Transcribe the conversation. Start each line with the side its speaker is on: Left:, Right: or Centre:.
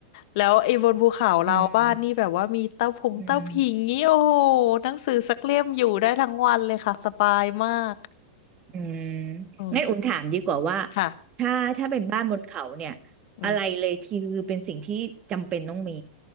Left: แล้วไอ้บนภูเขาเราบ้านนี่แบบว่ามีเต้าผงเต้าผิงงี้โอ้โห
Right: อืมอืม
Left: หนังสือสักเล่มอยู่ได้ทั้งวันเลยค่ะสบายมาก
Right: อืม
Left: โอ้
Right: งั้นอุ่นถามดีกว่าว่า
Left: ค่ะ
Right: ถ้าถ้าเป็นบ้านบนเขาเนี่ย
Left: อืม
Right: อะไรเลยที่คือเป็นสิ่งที่จำเป็นต้องมี